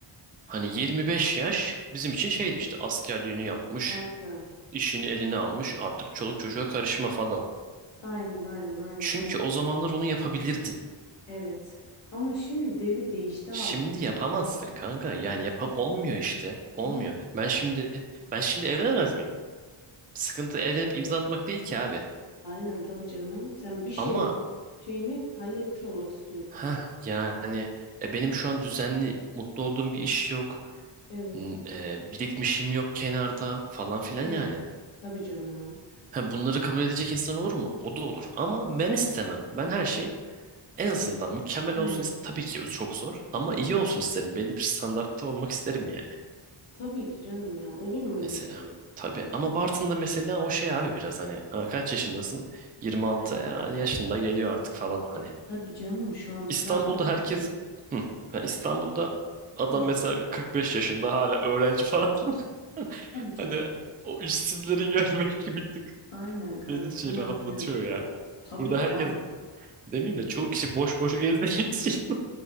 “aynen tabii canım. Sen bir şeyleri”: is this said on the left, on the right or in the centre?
Left